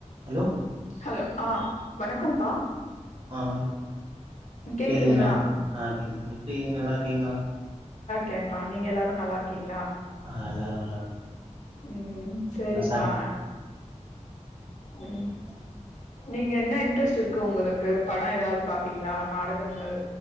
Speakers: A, on the right (about 45°); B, on the left (about 70°).
A: Hello
B: hello ஆ வணக்கம்ப்பா
A: ஆ் <unintelligible>
B: கேக்குதுங்களா
A: டிவில ஆ கேக்குது எப்டிகிங்க நல்லாருக்கீங்களா
B: கேப்பா நீங்க எல்லாரு நல்லார்க்கீங்களா
A: அ எல்லாரு நல்லா
B: ம் ம் செரிப்பா
A: நா சாப்
B: ம் நீங்க என்ன இன்ட்ரெஸ்ட் இருக்கு உங்குளுக்கு படொ எதாது பாப்பீங்ளா நாடகங்கள்